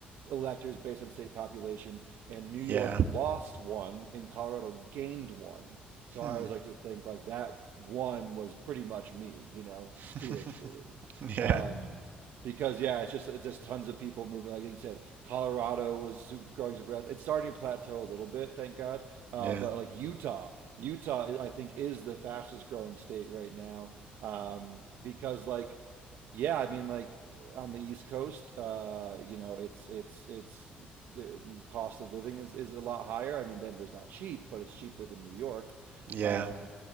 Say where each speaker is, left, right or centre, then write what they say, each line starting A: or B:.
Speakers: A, on the right; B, on the right.
A: electors based on state population, and New York
B: Yeah.
A: lost one, and Colorado gained one. So
B: Hmm.
A: I always like to think like that one was pretty much me, you know,
B: <laughs>
A: spiritually.
B: Yeah.
A: Um, because yeah, it's just it's just tons of people moving. Like you said, Colorado was super, growing super fast. It's starting to plateau a little bit, thank God. Uh,
B: Yeah.
A: but like Utah, Utah I think is the fastest growing state right now um, because like yeah, I mean like on the East Coast, uh, you know it's it's it's the cost of living is, is a lot higher. I mean Denver's not cheap, but it's cheaper than New York.
B: Yeah.
A: Um,